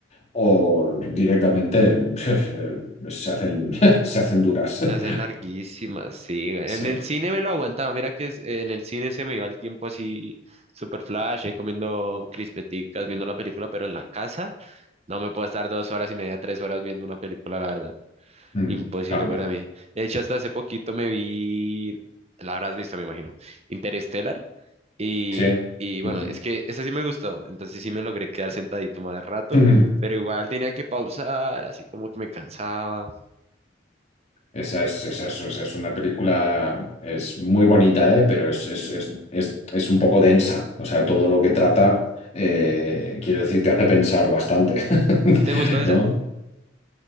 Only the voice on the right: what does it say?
Se
hacen larguísimas, sí. En
el cine me lo aguantaba. Mira que es- en el cine se me iba el tiempo así, super flash, ahí comiendo crispeticas, viendo la película, pero en la casa no me puedo estar dos horas y media, tres horas viendo una película, la verdad.
Imposible
para mí. De hecho, hasta hace poquito me vi, la habrás visto, me imagino, Interstellar. Y,
y bueno,
es que esa sí me gustó, entonces sí me logré quedar sentadito más rato,
pero igual tenía que pausar, así como que me cansaba.
¿Y te gustó esa?